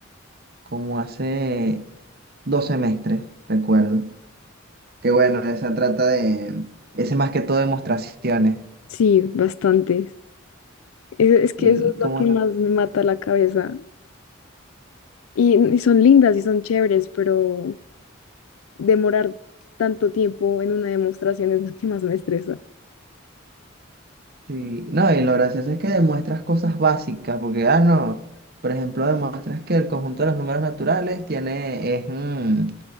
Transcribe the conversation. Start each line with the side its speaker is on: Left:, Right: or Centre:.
Right: como hace dos semestres, recuerdo. Que bueno, esa trata de, ese más que todo demostraciones.
Left: sí, bastantes. Es, es que
Right: Y
Left: eso es
Right: como,
Left: lo que más me mata la cabeza. Y, y son lindas y son chéveres, pero demorar tanto tiempo en una demostración es lo que más me estresa.
Right: sí, no, y lo gracioso es que demuestras cosas básicas, porque, ah, no, por ejemplo, demuestras que el conjunto de los números naturales tiene, es, mm,